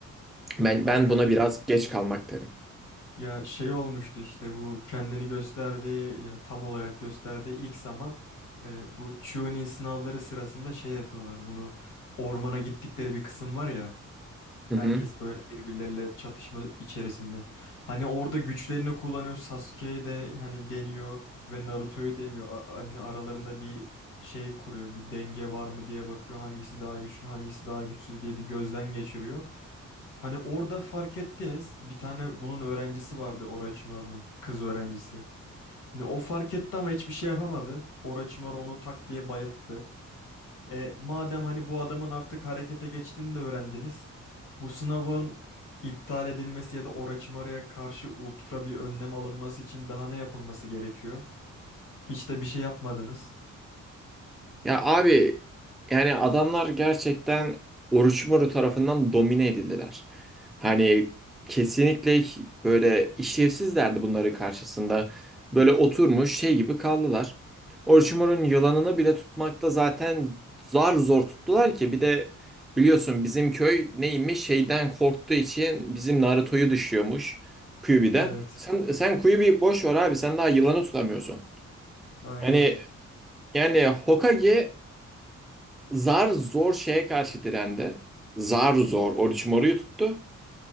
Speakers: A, in the centre; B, on the left.
A: Ben
B: Aynen
A: ben buna biraz geç kalmak derim.
B: Ya şey olmuştu işte bu kendini gösterdiği yani tam olarak gösterdiği ilk zaman e, bu Chunin sınavları sırasında şey yapıyorlar bunu ormana gittikleri bir kısım var ya
A: Hı
B: Herkes
A: hı.
B: böyle birbirleriyle çatışma içerisinde. Hani orada güçlerini kullanıyor. Sasuke'ye de hani deniyor ve Naruto'yu deniyor. A- a- hani aralarında bir şey kuruyor. Bir denge var mı diye bakıyor. Hangisi daha güçlü, hangisi daha güçsüz diye bir gözden geçiriyor. Hani orada fark ettiniz. Bir tane bunun öğrencisi vardı Orochimaru'nun. Kız öğrencisi. Hani o fark etti ama hiçbir şey yapamadı. Orochimaru onu tak diye bayılttı. E, madem hani bu adamın artık harekete geçtiğini de öğrendiniz. Bu sınavın iptal edilmesi ya da Orochimaru'ya karşı ultra bir önlem alınması için daha ne yapılması gerekiyor? Hiç de bir şey yapmadınız.
A: Ya abi yani adamlar gerçekten Orochimaru tarafından domine edildiler. Hani kesinlikle hi- böyle işlevsizlerdi bunların karşısında. Böyle oturmuş şey gibi kaldılar. Orochimaru'nun yılanını bile tutmakta zaten zar zor tuttular ki bir de biliyorsun bizim köy neymiş şeyden korktuğu için bizim Naruto'yu dışlıyormuş Kyuubi'den.
B: Evet,
A: Sen, sen Kyuubi'yi boş ver abi sen daha yılanı tutamıyorsun.
B: aynen.
A: Hani yani Hokage Zar zor şeye karşı direndi. Zar zor Orochimaru'yu moruyu tuttu.